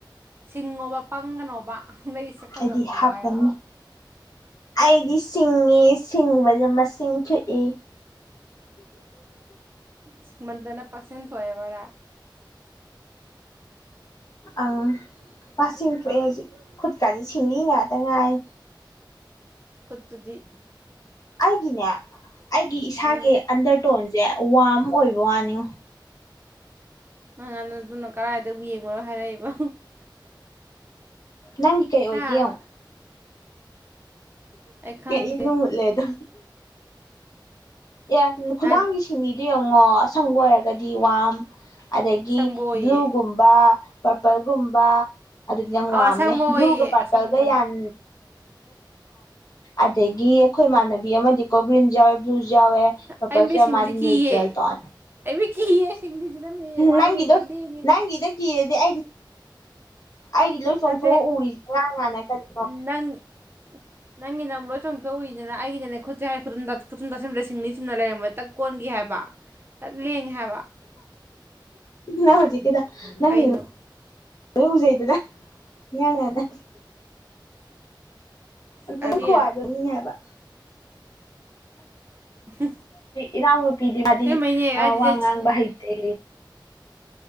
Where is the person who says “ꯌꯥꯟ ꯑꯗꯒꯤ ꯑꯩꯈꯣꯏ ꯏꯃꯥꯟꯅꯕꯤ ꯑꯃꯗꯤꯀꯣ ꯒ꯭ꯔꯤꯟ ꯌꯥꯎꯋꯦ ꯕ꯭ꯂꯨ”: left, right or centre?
Left